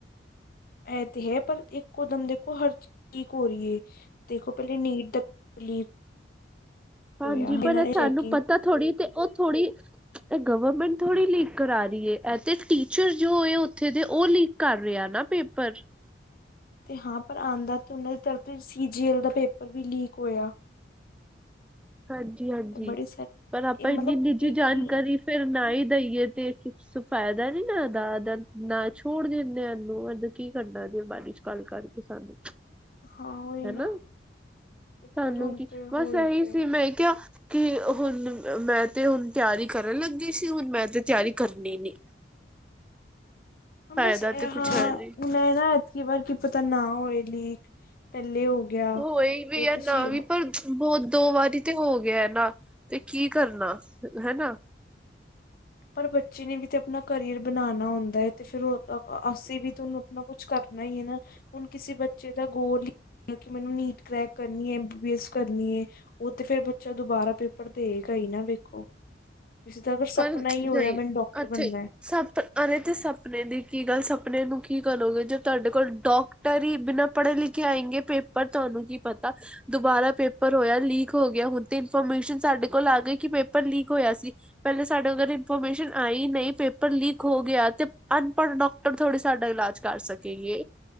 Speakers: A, on the left (about 50°); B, in the centre.
A: ਇਹ ਤੇ ਹੈ ਪਰ ਇੱਕੋ ਦਮ ਦੇਖੋ ਹਰ ਲੀਕ ਹੋ ਰਹੀ ਏ। ਦੇਖੋ ਪਹਿਲੇ ਨੀਟ ਦਾ ਲੀਕ
B: ਹਾਂਜੀ
A: ਹੋਇਆ
B: ਪਰ
A: ਇਹਨਾਂ ਨੇ
B: ਸਾਨੂੰ
A: ਚੈਕਿੰਗ
B: ਪਤਾ ਥੋੜ੍ਹੀ ਤੇ ਉਹ ਥੋੜ੍ਹੀ ਇਹ ਗਵਰਮੈਂਟ ਥੋੜੀ ਲੀਕ ਕਰਾ ਰਹੀ ਹੈ ਤੇ ਟੀਚਰ ਜੋ ਹੋ ਉਥੇ ਦੇ ਉਹ ਲੀਕ ਕਰ ਰਿਹਾ ਨਾ ਪੇਪਰ
A: ਤੇ ਹਾਂ ਪਰ ਆਂਦਾ ਤੇ ਉਹਨਾਂ ਦੀ ਤਰ ਸੀ ਜੀ ਐਲ ਦਾ ਪੇਪਰ ਵੀ ਲੀਕ ਹੋਇਆ।
B: ਹਾਂਜੀ-ਹਾਂਜੀ
A: ਬੜੇ ਸਾਰੇ
B: ਪਰ ਆਪਾਂ
A: ਇਹ ਮਤਲਬ
B: ਇੰਨੀ ਨਿੱਜੀ
A: ਇਹ
B: ਜਾਣਕਾਰੀ
A: ਕੀ
B: ਫਿਰ ਨਾ ਹੀ ਦਈਏ ਤੇ ਫਾਇਦਾ ਨੀ ਨਾ ਉਹਦਾਦ ਨਾ ਛੋੜ ਦਿੰਦੇ ਇਹਨੂੰ ਕੀ ਕਰਨਾ ਇਹਦੇ ਬਾਰੇ 'ਚ ਗੱਲ ਕਰਕੇ ਸਾਨੂੰ <inaudible>
A: ਹਾਂ ਉਹੀ
B: ਹਨਾ
A: ਨਾ ਤੇ ਫਿਰ
B: ਸਾਨੂੰ
A: ਹੁਣ
B: ਕੀ
A: ਤੇ
B: ਬਸ
A: ਹੋ ਹੀ
B: ਇਹੀ
A: ਗਿਆ।
B: ਸੀ ਮੈਂ ਕਿਹਾ ਕਿ ਹੁਣ ਮੈਂ ਤੇ ਹੁਣ ਤਿਆਰੀ ਕਰਨ ਲੱਗੀ ਸੀ ਹੁਣ ਮੈਂ ਤੇ ਤਿਆਰੀ ਕਰਨੀ ਨੀ। ਫਾਇਦਾ
A: ਬਸ ਇਹ
B: ਤੇ ਕੁਛ
A: ਹਾਂ
B: ਹੈ ਨਹੀਂ
A: ਹੁਣ ਇਹ ਨਾ ਐਤਕੀ ਵਾਰ ਕੀ ਪਤਾ ਨਾ ਹੋਏ ਲੀਕ ਪਹਿਲ ਹੋ ਗਿਆ
B: ਹੋਏ ਵੀ
A: ਤੇ
B: ਹੈ
A: ਤੁਸੀਂ
B: ਨਾ ਵੀ ਪਰ ਬਹੁਤ ਦੋ ਵਾਰੀ ਤੇ ਹੋ ਗਿਆ ਨਾ ਤੇ ਕੀ ਕਰਨਾ ਹਨਾ।
A: ਪਰ ਬੱਚੇ ਨੇ ਵੀ ਤੇ ਆਪਣਾ ਕਰੀਅਰ ਬਣਾਉਣਾ ਹੁੰਦਾ ਹੈ ਤੇ ਫਿਰ ਉਹ ਅਸੀਂ ਵੀ ਤੁਹਾਨੂੰ ਆਪਣਾ ਕੁਛ ਕਰਨਾ ਹੀ ਹੈ ਨਾ ਹੁਣ ਕਿਸੇ ਬੱਚੇ ਦਾ ਗੋਲ ਹੀ ਕਿ ਮੈਨੂੰ ਨੀਟ ਕਰੈਕ ਕਰਨੀ ਐ ਬੀ ਐਸ ਕਰਨੀ ਏ। ਉਹ ਤੇ ਫਿਰ ਬੱਚਾ ਦੁਬਾਰਾ ਪੇਪਰ ਦੇਗਾ ਹੀ ਨਾ ਵੇਖੋ ਕਿਸੇ ਦਾ
B: ਪਰ
A: ਆਪਣਾ ਹੀ ਹੋਇਆ
B: ਨਹੀਂ
A: ਮੈਨੂੰ ਡਾਕਟਰ
B: ਅੱਛੇ
A: ਬਣਨਾ।
B: ਸਪ ਅਰੇ ਤੇ ਸਪਨੇ ਦੀ ਕੀ ਗੱਲ ਸਪਨੇ ਨੂੰ ਕੀ ਕਰੋਗੇ ਜੇ ਤੁਹਾਡੇ ਕੋਲ ਡੋਕ ਟਰ ਹੀ ਬਿਨਾਂ ਪੜ੍ਹੇ ਲਿਖੇ ਆਏਂਗੇ ਪੇਪਰ ਤੁਹਾਨੂੰ ਕੀ ਪਤਾ ਦੁਬਾਰਾ ਪੇਪਰ ਹੋਇਆ ਲੀਕ ਹੋ ਗਿਆ ਹੁਣ ਤੇ ਇਨਫੋਰਮੇਸ਼ਨ ਸਾਡੇ ਕੋਲ ਆ ਗਈ ਕਿ ਪੇਪਰ ਲੀਕ ਹੋਇਆ ਸੀ। ਪਹਿਲੇ ਸਾਡੇ ਅਰ ਇਨਫੋਰਮੇਸ਼ਨ ਆਈ ਨਹੀਂ ਪੇਪਰ ਲੀਕ ਹੋ ਗਿਆ ਤੇ ਅਨਪੜ ਡੋ ਟਰ ਥੋੜੀ ਸਾਡਾ ਇਲਾਜ ਕਰ ਸਕੇਗੇ